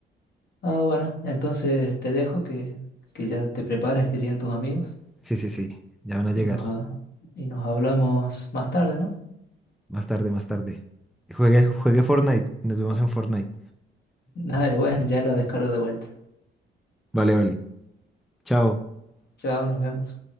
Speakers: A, on the left; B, in the centre.
A: ah, bueno, entonces te dejo que, que ya te prepares, que lleguen tus amigos
B: sí, sí, sí. Ya van a
A: y
B: llegar.
A: nos, ha- y nos hablamos más tarde, ¿no?
B: Más tarde, más tarde. Juegue, juegue Fortnite. Nos vemos en Fortnite.
A: Dale, bueno, ya lo descargo de vuelta.
B: Vale, vale. Chao.
A: Chao, nos vemos.